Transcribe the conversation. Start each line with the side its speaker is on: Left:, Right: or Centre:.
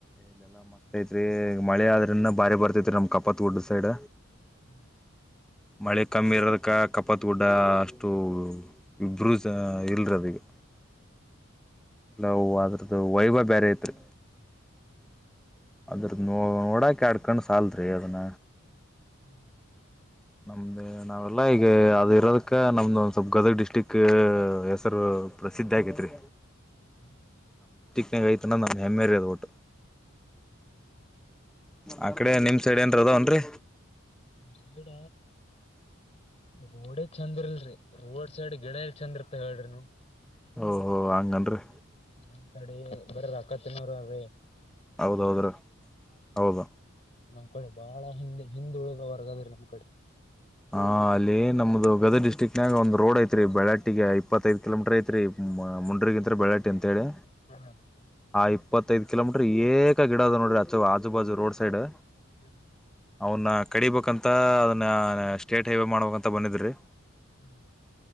Centre: ಇಲ್ಲಿ ಎಲ್ಲಾ ಮಸ್ತ್ ಐತ್ರಿ ಮಳೆ ಆದ್ರರಿಂದ ಬಾರಿ ಬರ್ತೈತ್ರಿ ನಮ್ ಕಪತ್ ಗುಡ್ ಸೈಡ್
Left: <unintelligible>
Centre: ಮಳೆ ಕಮ್ಮಿ ಇರೋದಕ್ಕೆ ಕಪಾತ್ ಗುಡ್ಡ ಅಷ್ಟು ಬ್ಬರುೂ ಸ ಇಲ್ರಿ ಅದಿಗೆ ನಾವು ಅದು ಅದ್ರದ್ದು ವೈಭವ ಬೇರೆ ಇತ್ರಿ
Left: <unintelligible>
Centre: ಅದ್ರದ ನ ನೋಡೋಕ ಎರಡು ಕಣ್ಣು ಸಾಲದ್ರಿ ಅದನ್ನ
Left: ಹ್ಮ್
Centre: ನಮ್ದೇ ನಾವೆಲ್ಲಾ ಈಗ ಅದ ಇರೋದಕ್ಕ ನಮ್ದು ಒಂದ್ ಸ್ವಲ್ಪ್ ಗದಗ ಡಿಸ್ಟಿಕ್ ಹೆಸರು ಪ್ರಸಿದ್ದಿ ಆಗೈತ್ರಿ
Left: ಹ್ಮ್ಮ
Centre: ಹಿಂಗ ಐತಿ ಅಂದ್ರ ಅದು ನಮ್ಮ ಹೇಮ್ಮೆ ರಿ ವೊಟು
Left: ಹ್ಮೂ ಹ್ಯೂ ಹೊ
Centre: ಆ ಕಡೆ ನಿಮ್ ಸೈಡ್ ಏನ್ರ ಅದಾವನ್ರರಿ
Left: ನಮ್ಮಸೈಡ್ ರೋಡೇ ಚಂದ್ ಇಲ್ರಿ ರೋಡ್ ಸೈಡ್ ಗಿಡ ಎಲ್ಲಿ ಚಂದ ಇರ್ತವ ಹೇಳ್ರಿ ನೀವು
Centre: ಓಹೋ ಹಂಗನ್ರಿ.
Left: ನಮ್ಮ್ ಕಡೆ ಬರೇ ರೊಕ್ಕ ತಿನ್ನೋರೆ ಅವ್ರೀ.
Centre: ಹೌದೌದ್ರೀ ಹೌದು.
Left: ನಮ್ ಕಡೆ ಬಾಳ ಹಿಂದೆ ಹಿಂದುಳಿದ ವರ್ಗ ಅದರೀ ನಮ್ ಕಡೆ.
Centre: ಹಾ ಅಲ್ಲಿ ನಮ್ದು ಗದಗ್ ಡಿಸ್ಟ್ರಿಕ್ನಾಗ ಒಂದ್ ರೋಡ್ ಐತ್ರಿ ಬೆಳಾಟಿಗೆ ಇಪ್ಪತ್ತೈಐದು ಕಿಲೋಮೀಟರ್ ಐತ್ರಿ ಮುಂಡ್ರಗಿಂತ್ರ ಬೆಳಾಟಿ ಅಂತೇಳಿ.
Left: ಹ್ಮ.
Centre: ಆ ಇಪ್ಪತ್ತೈದು ಕಿಲೋಮೀಟರ್ ಏಕಾ ಗಿಡ ಅದೆ ನೋಡ್ರಿ ಆಚು ಆಜು ಬಾಜು ರೋಡ್ ಸೈಡ್.
Left: ಹ್ಮ.
Centre: ಅವನ್ನ ಕಡಿಬೇಕಂತ ಅದನ್ನ. ಸ್ಟೇಟ್ ಹೈವೆ ಮಾಡ್ಬೇಕಂತ ಬಂದಿದ್ರಿ.
Left: ಹ್ಮ್.